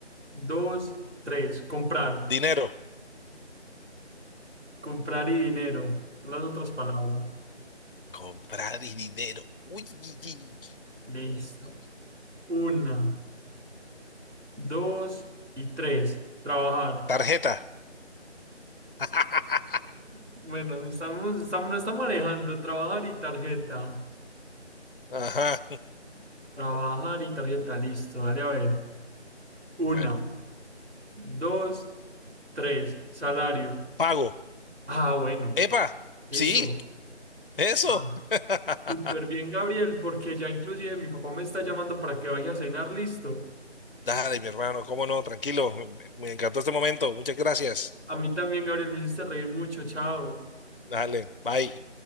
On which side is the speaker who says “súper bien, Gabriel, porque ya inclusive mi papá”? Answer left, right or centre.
Right